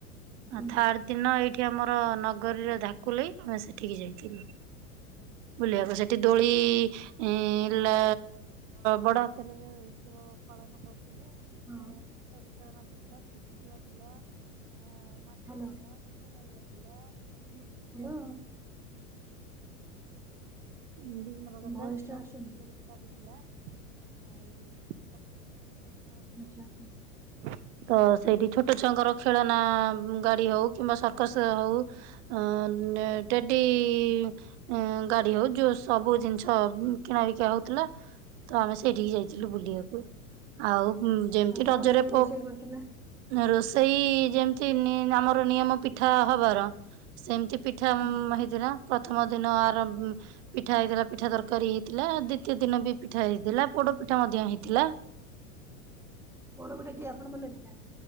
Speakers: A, in the centre; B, on the right (about 50°).
A: ହୁଁ।
B: ଆଉ ଥାର୍ଡ଼ ଦିନ ଏଇଠି ଆମର ନଗରୀରେ ଧାକୁଲେଇ ଆମେ ସେଠିକି ଯାଇଥିଲୁ। ବୁଲିବାକୁ ସେଠି ଦୋଳି ଇ ହେଲା ବଡ ଆକାରରେ। ଉତ୍ସବ ପାଳନ କରୁଥିଲେ ଏଁ
A: ହଁ
B: ଗୀତ ଫିତ ନାଚୁ ଥିଲା ପୁଚିଖେଳ ଥିଲା ଆ
A: ହ୍ୟାଲୋ
B: ଥିଲା ଗୀତ ଗାଇବା ଥିଲା ମ୍ୟୁଜିକ
A: ହ୍ୟାଲୋ
B: ଚେୟାର ଥିଲା। ବିଭିର୍ନ ପ୍ରକାର
A: ଭଏସ
B: ଥିଲା
A: ଟା ଆସୁନି
B: <inaudible> ଦୋଳିବି ଲାଗିଥିଲା। ଆଉ ସବୁଜିନିଷ ବି ସେଦିନ ଧୁମ
A: ଆଚ୍ଛା
B: ହେଇଥିଲା।
A: ଆଚ୍ଛା
B: ତ ସେଇଠି ଛୋଟ ଛୁଆଙ୍କର ଖେଳନା ଗାଡି ହଉ କିମ୍ବା ସରକସ ହଉ ଅ ଟେଡି ଇ ଅଁ ଗାଡି ହଉ ଯୋଉ ସବୁ ଜିନିଷ କିଣା ବିକା ହଉଥିଲା ତ ଆମେ ସେଇଠିକି ଯାଇ ଥିଲୁ
A: ହୁଁ
B: ବୁଲିବାକୁ
A: ହୁଁ
B: ଆଉ ଯେମିତି
A: ଆଉ କଣ
B: ରଜରେ
A: ସବୁ
B: ପ
A: ରୋଷେଇ କରିଥିଲେ
B: ରୋଷେଇ ଯେମତି ଆମର ନିୟମ ପିଠା ହବାର ସେମିତି ପିଠା
A: ହୁଁ
B: ହେଇଥିଲା ପ୍ରଥମ ଦିନ ଆର ପିଠା ହେଇଥିଲା ପିଠା ତରକାରୀ ହେଇଥିଲା ଦ୍ୱିତୀୟ ଦିନ ବି ପିଠା ହେଇଥିଲା ପୋଡ଼ ପିଠା ମଧ୍ୟ ହେଇଥିଲା।
A: ପୋଡ଼ ପିଠା କିଏ ଆପଣ ବନେଇ ଥିଲେ?